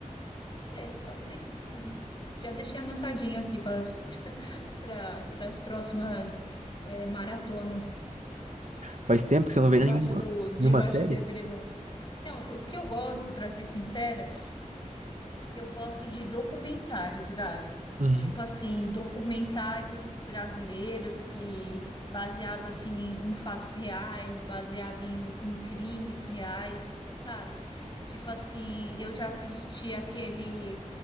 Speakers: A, on the left; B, on the right.
A: Pode ser, pode ser que sim. Já deixei anotadinho aqui para as <laughs> pra- pras próximas eh, maratonas
B: Faz tempo que você não
A: debaixo
B: vê nenhuma,
A: do, debaixo
B: nenhuma série?
A: do edredom. Não, o que eu gosto, para ser sincera, eu gosto de documentários, Gabi.
B: Uhum.
A: Tipo assim, documentários brasileiros que baseado assim em fatos reais, baseado em, em crimes reais, sabe? Tipo assim, eu já assisti aquele